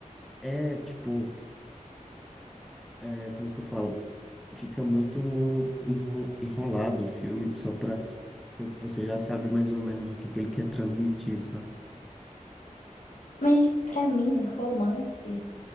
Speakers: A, in the centre; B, on the left.
A: é, tipo é como que eu falo, fica muito enro- enrolado o filme só pra ser o que você já sabe mais ou menos o que que ele quer transmitir, sabe?
B: Mas pra mim, romance